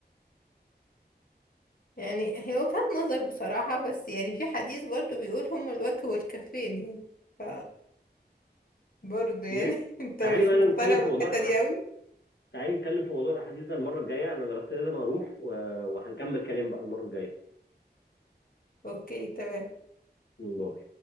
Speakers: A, on the left; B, on the left.
A: يعني هي وجهة نظر بصراحة بس يعني في حديث برضو بيقول هما الوجه والكفين يعني ف برضو يعني
B: م-
A: <laughs> انت
B: تعالي
A: مش
B: بقى
A: مقتنع
B: نتكلم في
A: بالحتة
B: موضوع الأح...
A: دي قوي
B: تعالي نتكلم في موضوع الاحاديث ده المره الجايه انا بس لازم اروح و... وهنكمل كلام بقى المره الجايه
A: اوكي تمام
B: والله